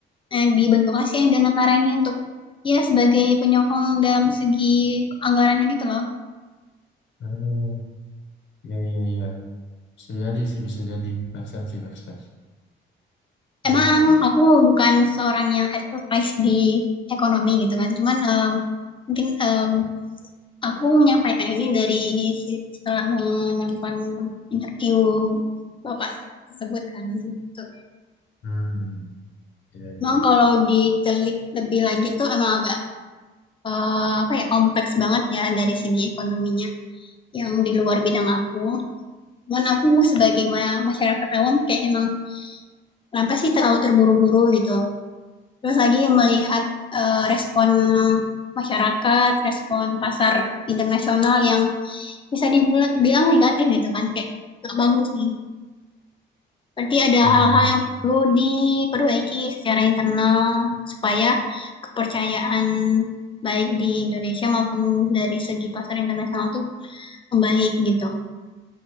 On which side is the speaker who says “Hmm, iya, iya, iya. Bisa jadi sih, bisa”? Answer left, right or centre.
Left